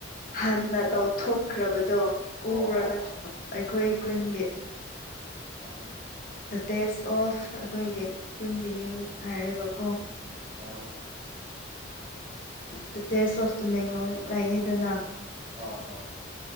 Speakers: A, on the left; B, on the right.
A: ꯍꯟꯅ
B: ꯇꯧꯔꯝꯕ
A: ꯇꯧꯊꯣꯛꯈ꯭ꯔꯕꯗꯣ ꯎꯕ꯭ꯔꯣ
B: ꯑꯣ ꯑꯣ
A: ꯅꯪ
B: ꯑꯣ
A: ꯑꯩꯈꯣꯏ ꯈꯨꯨꯟꯒꯤ
B: ꯑꯣ
A: ꯗ ꯇꯦꯁ ꯑꯣꯐ ꯑꯩꯈꯣꯏꯒꯤ ꯈꯨꯟꯒꯤ ꯃꯤꯡ ꯍꯥꯏꯔꯒꯀꯣ
B: ꯑ
A: ꯗ ꯇꯦꯁ ꯑꯣꯐ ꯇꯃꯦꯡꯂꯣꯡ ꯉꯥꯏꯌꯦꯗꯅ
B: ꯑ ꯑ